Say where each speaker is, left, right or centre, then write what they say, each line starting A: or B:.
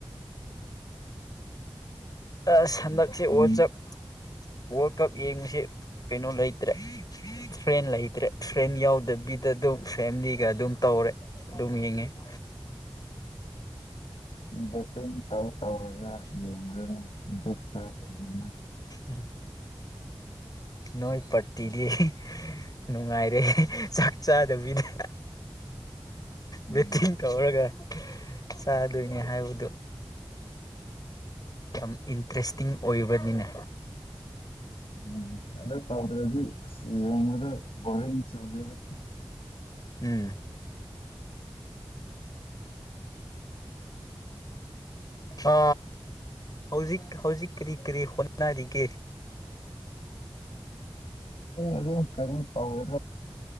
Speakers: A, on the left (about 45°); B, on the left (about 85°).
A: ꯎꯝ ꯑ ꯁꯟꯗꯛꯁꯤ
B: ꯕꯦꯠꯇꯤꯡ
A: ꯑꯣꯆꯞ ꯋꯥꯔꯜ ꯀꯞ ꯌꯦꯡꯕꯁ ꯀꯩꯅꯣ ꯂꯩꯇ꯭ꯔꯦ ꯐ꯭ꯔꯦꯟ ꯂꯩꯇ꯭ꯔꯦ ꯐ꯭ꯔꯦꯟ ꯌꯥꯎꯗꯕꯤꯗ ꯑꯗꯨꯝ ꯐꯦꯃꯤꯂꯤꯒ ꯑꯗꯨꯝ ꯇꯧꯔꯦ ꯑꯗꯨꯝ ꯌꯦꯡꯉꯤ <unintelligible>
B: ꯠꯇ ꯇꯧ ꯇꯧꯔꯒ ꯌ ꯈꯔ ꯑꯣꯏ
A: ꯎꯝ ꯅꯣꯏ ꯄꯔꯇꯤꯗꯤ ꯅꯨꯡꯉꯥꯏꯔꯦ ꯆꯥꯛ ꯆꯥꯗꯕꯤꯗ
B: ꯎꯝ
A: ꯃꯠꯇꯤꯟ ꯇ ꯑꯣꯔꯒ ꯆꯥꯗꯣꯏꯅꯦ ꯍꯥꯏꯕꯗꯨꯣ ꯌꯥꯝ ꯏꯟꯇꯔꯦꯁꯇꯤꯡ ꯑꯣꯏꯕꯅꯤꯅꯦ
B: ꯎꯝ ꯑꯗꯨ ꯗꯤ ꯑꯗꯨ ꯔ ꯆꯕꯤꯔ
A: ꯎꯝ ꯑ ꯍꯧꯖꯤꯛ ꯍꯧꯖꯤꯛ ꯀꯔꯤ ꯀꯔꯤ ꯍꯣꯠꯅꯔꯤꯒꯦ
B: ꯑꯗꯨ ꯀꯩ ꯇꯧꯔꯣ